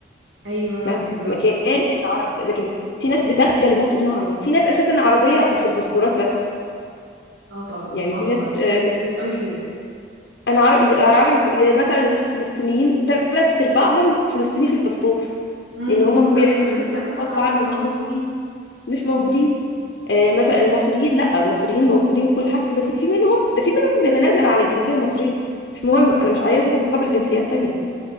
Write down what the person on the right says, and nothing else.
ايوه
بالظبط
اه طبعا
اه
طبعا
شفت
ناس كتير قوي كده
امم
ايوه للاسف
فعلا
اه
مم.
اه طبعا